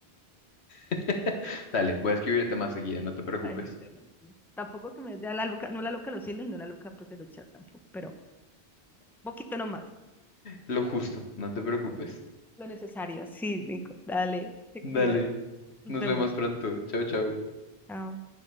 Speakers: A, on the left; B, in the centre.
A: <laughs> Dale, voy a escribirte más seguido, no te preocupes.
B: ay, <laughs> tampoco que me dé a la loca, no la loca de los cines y no la loca pues de los chats tampoco, pero poquito nomás,
A: Lo justo, no te preocupes.
B: lo necesario. Sí, Nico. Dale, te
A: Dale,
B: cuidas. Nos
A: nos
B: vemos.
A: vemos pronto. Chau, chau.
B: Chao.